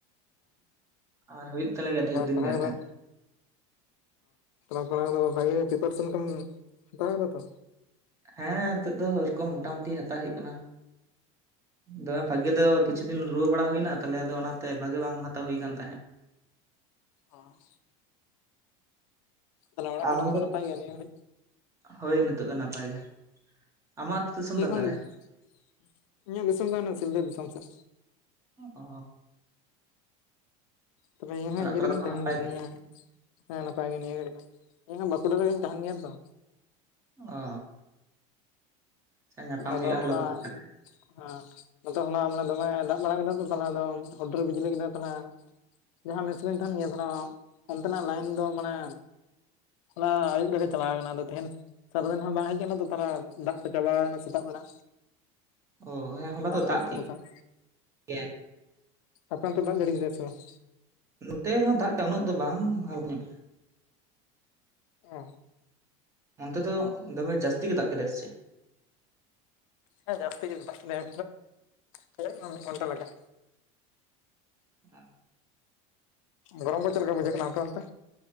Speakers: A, on the right; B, on the left.
A: ᱟᱨ ᱦᱩᱭᱩᱜ ᱛᱟᱞᱮ ᱜᱮᱭᱟ ᱰᱷᱮᱨ
B: ᱚ
A: ᱫᱤᱱ
B: ᱯᱟᱲᱦᱟᱣ
A: ᱜᱮ ᱦᱟᱸᱜ
B: ᱠᱚᱫᱚ
A: ᱠᱷᱟᱡ
B: ᱚᱯᱟᱲᱦᱟᱣ ᱠᱚᱫᱚ ᱵᱷᱟᱜᱮ ᱯᱤᱯᱟᱨᱥᱮᱱ ᱠᱚᱢ ᱦᱟᱛᱟᱣ ᱠᱟᱫᱟ ᱛᱚ
A: ᱦᱮᱸ ᱱᱤᱛᱳ ᱫᱚ ᱳᱭᱨᱚᱠᱚᱢ ᱢᱴᱟᱢᱩᱴᱤ ᱦᱟᱛᱟᱣ ᱦᱩᱭᱩᱜ ᱠᱟᱱᱟ ᱫᱚᱢᱮ ᱵᱷᱟᱜᱤ ᱫᱚ ᱠᱤᱪᱷᱩ ᱫᱤᱱ ᱨᱩᱣᱟᱹ ᱵᱟᱲᱟ ᱦᱩᱭᱱᱟ ᱛᱟᱦᱚᱞᱮ ᱟᱫᱚ ᱚᱱᱟᱛᱮ ᱵᱷᱟᱜᱤ ᱵᱟᱝ ᱦᱟᱛᱟᱣ ᱦᱩᱭ ᱠᱟᱱ ᱛᱟᱦᱮᱸᱫ
B: ᱚ ᱛᱟᱦᱚᱞᱮ ᱚᱲᱟᱜ
A: ᱟᱢ
B: ᱠᱚᱨᱮ ᱫᱚᱠᱚ
A: ᱫᱚ
B: ᱱᱟᱯᱟᱭ ᱜᱮᱭᱟ ᱱᱤᱭᱟᱹ ᱜᱷᱟᱹᱲᱤᱡ
A: ᱦᱳᱭ ᱱᱤᱛᱚᱜ ᱫᱚ ᱱᱟᱯᱟᱭ ᱜᱮ ᱟᱢᱟᱜ ᱟᱹᱛᱩ ᱫᱤᱥᱚᱢ
B: <unintelligible>
A: ᱫᱚ ᱚᱠᱟᱨᱮ
B: ᱤᱧᱟᱹᱜ ᱫᱤᱥᱚᱢ ᱫᱚ ᱚᱱᱟ ᱥᱤᱞᱫᱟᱹ ᱫᱤᱥᱚᱢ ᱥᱮᱫ
A: ᱚ
B: ᱛᱚᱵᱮ ᱤᱧ ᱦᱚᱸ
A: ᱚᱲᱟᱜ
B: ᱤᱭᱟᱹ
A: ᱠᱚᱨᱮ
B: ᱨᱮᱜᱤᱧ
A: ᱫᱚᱠᱚ
B: ᱛᱟᱦᱮᱱ
A: ᱱᱟᱯᱟᱭ
B: ᱜᱮᱭᱟ ᱱᱤᱭᱟᱹ ᱦᱮᱸ ᱱᱟᱯᱟᱭ ᱜᱮ ᱱᱤᱭᱟᱹ ᱜᱷᱟᱹᱲᱤᱡ ᱫᱚ ᱤᱧ ᱦᱚᱸ ᱵᱟᱸᱠᱩᱲᱟ ᱨᱮᱜᱤᱧ ᱛᱟᱦᱮᱱ ᱜᱮᱭᱟ ᱛᱚ
A: ᱚ ᱟᱪᱪᱷᱟ ᱧᱟᱯᱟᱢ
B: ᱟᱫᱚ
A: ᱦᱩᱭᱩᱜᱼᱟ
B: ᱦᱚᱞᱟ
A: ᱞᱚᱜᱚᱱ ᱜᱮ ᱛᱟᱦᱚᱞᱮ
B: ᱦᱮᱸ ᱱᱚᱛᱮ ᱦᱚᱞᱟ ᱢᱟᱱᱮ ᱫᱚᱢᱮ ᱫᱟᱜ ᱵᱟᱲᱟ ᱠᱮᱫᱟ ᱛᱚ ᱛᱟᱦᱮ ᱟᱫᱚ ᱦᱩᱰᱩᱨ ᱵᱤᱡᱽᱞᱤ ᱠᱮᱫᱟ ᱛᱟᱦᱚᱞᱮ ᱡᱟᱦᱟᱸ ᱢᱮᱥᱨᱤᱧ ᱛᱟᱦᱮᱱ ᱜᱮᱭᱟ ᱛᱟᱦᱚᱞᱮ ᱚᱱᱛᱮᱱᱟᱜ ᱞᱟᱭᱤᱱ ᱫᱚ ᱢᱟᱱᱮ ᱦᱚᱞᱟ ᱟᱹᱭᱩᱵ ᱨᱮᱜᱮ ᱪᱟᱞᱟᱣ ᱠᱟᱱᱟ ᱟᱫᱚ ᱛᱮᱦᱮᱧ ᱥᱟᱨᱟᱫᱤᱱ ᱦᱚᱸ ᱵᱟᱝ ᱦᱮᱡ ᱟᱠᱟᱱᱟ ᱛᱚ ᱛᱟᱦᱞᱮ ᱫᱟᱜ ᱠᱚ ᱪᱟᱵᱟᱣ ᱠᱟᱱᱟ ᱥᱮ ᱥᱮᱛᱟᱜ ᱵᱮᱲᱟ
A: ᱚ ᱦᱮᱸ ᱦᱚᱞᱟ ᱫᱚ
B: ᱟᱫᱚ
A: ᱫᱟᱜ
B: ᱤᱥᱤᱱ
A: ᱠᱮᱫ
B: ᱵᱟᱥᱟᱝ
A: ᱜᱮᱭᱟᱭ
B: ᱟᱯᱮ ᱚᱱᱛᱮ ᱫᱟᱜ ᱡᱟᱹᱲᱤ ᱠᱮᱫᱟᱭ ᱥᱮ ᱵᱟᱝ
A: ᱱᱚᱛᱮ ᱦᱚᱸ ᱫᱟᱜ ᱠᱮᱫᱟ ᱩᱱᱟᱹᱜ ᱫᱚ ᱵᱟᱝ ᱦᱟᱞᱠᱟ ᱧᱚᱜ
B: ᱚ
A: ᱚᱱᱛᱮ ᱫᱚ ᱫᱚᱢᱮ ᱡᱟᱹᱥᱛᱤ ᱜᱮ ᱫᱟᱜ ᱠᱮᱫᱟᱭ ᱥᱮ ᱪᱮᱫ
B: ᱦᱮᱸ ᱡᱟᱹᱥᱛᱤ ᱜᱮ ᱫᱟᱜ ᱠᱮᱫᱟᱭ ᱯᱨᱟᱭ ᱢᱤᱫ ᱜᱷᱚᱱᱴᱟ ᱞᱮᱠᱟ
A: ᱵᱟᱝ
B: ᱜᱚᱨᱚᱢ ᱠᱚ ᱪᱮᱫ ᱞᱮᱠᱟ ᱵᱩᱡᱷᱟᱹᱜ ᱠᱟᱱᱟ ᱟᱯᱮ ᱚᱱᱛᱮ?